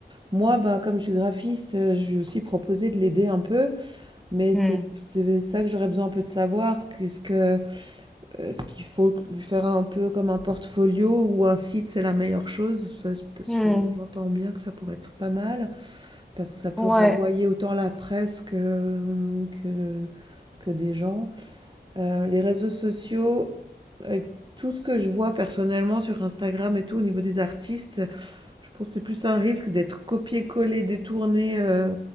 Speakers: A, on the right; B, in the centre.
A: Moi, bah, comme je suis graphiste, euh, je lui ai aussi proposé de l'aider un peu, mais
B: hmm,
A: c'est c'est ça que j'aurais besoin un peu de savoir. Qu'est-ce que euh, Est-ce qu'il faut lui faire un peu comme un portfolio ou un site, c'est la meilleure chose? Ça, c'est peut- je-
B: hmm.
A: j'entends bien que ça pourrait être pas mal parce que ça peut
B: Ouais,
A: renvoyer autant la presse que, que, que des gens. Euh, les réseaux sociaux, avec tout ce que je vois personnellement sur Instagram et tout, au niveau des artistes, je pense que c'est plus un risque d'être copié-collé, détourné euh,